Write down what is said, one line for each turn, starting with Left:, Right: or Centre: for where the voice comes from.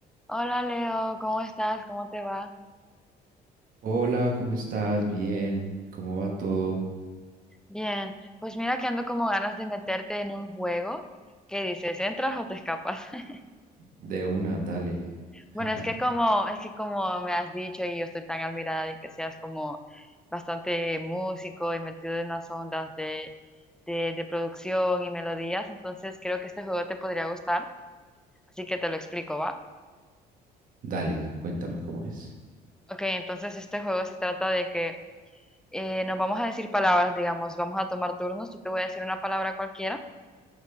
Centre: Hola Leo, ¿cómo estás? ¿Cómo te va?
Right: Hola, ¿cómo estás? Bien, ¿cómo va todo?
Centre: Bien, pues mira que ando como ganas de meterte en un juego que dices, ¿entras o te escapas? <laughs>
Right: De una, dale.
Centre: Bueno,
Right: <laughs>
Centre: es que como, es que como me has dicho y yo estoy tan admirada de que seas como bastante músico y metido en las ondas de, de, de producción y melodías, entonces creo que este juego te podría gustar, así que te lo explico, ¿va?
Right: Dale, cuéntame cómo es.
Centre: Ok, entonces este juego se trata de que eh, nos vamos a decir palabras, digamos, vamos a tomar turnos, yo te voy a decir una palabra cualquiera